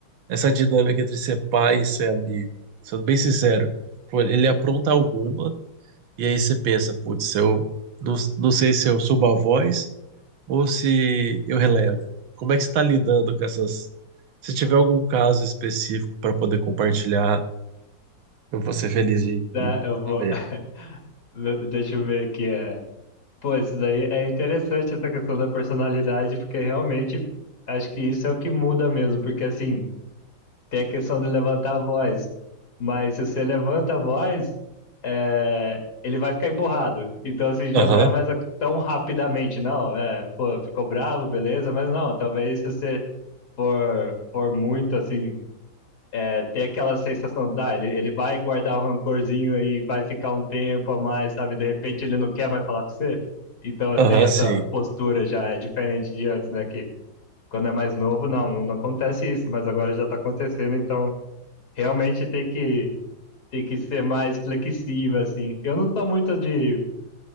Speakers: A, on the right; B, on the left.
A: essa dinâmica entre ser pai e ser amigo? Sendo bem sincero, pô, ele apronta alguma, e aí você pensa, putz, eu não, não sei se eu subo a voz ou se eu relevo? Como é que você está lidando com essas? Se tiver algum caso específico para poder compartilhar, eu vou ser feliz em,
B: Tá,
A: em-
B: eu
A: em
B: vou.
A: saber.
B: <laughs> Deixa eu ver aqui. É... Pô, isso daí é interessante essa questão da personalidade, porque realmente acho que isso é o que muda mesmo, porque assim, tem a questão de levantar a voz, mas se você levanta a voz, é... ele vai ficar emburrado. Então, assim, já
A: Aham,
B: não é mais a- tão rapidamente, não. É, pô, ficou bravo, beleza, mas não, talvez se você for, for muito assim é, ter aquela sensação, dá, ele, ele vai guardar o rancorzinho e vai ficar um tempo a mais, sabe? De repente ele não quer mais falar com você. Então eu
A: aham,
B: tenho essa
A: sim.
B: postura já, é diferente de antes, né? Que quando é mais novo, não, não, não acontece isso, mas agora já tá acontecendo, então realmente tem que, tem que ser mais flexível, assim. Eu não sou muito de,